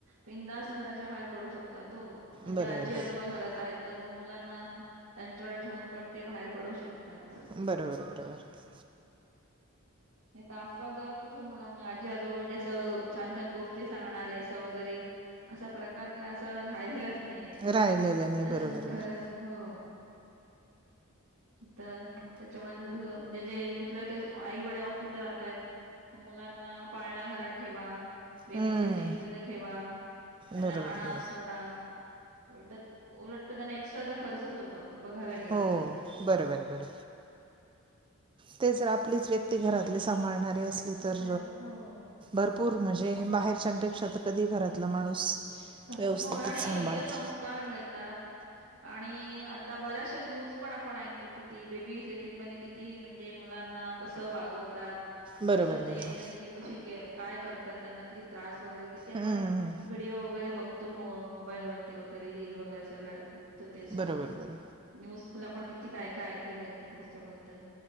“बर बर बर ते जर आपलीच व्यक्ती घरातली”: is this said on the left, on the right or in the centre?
Right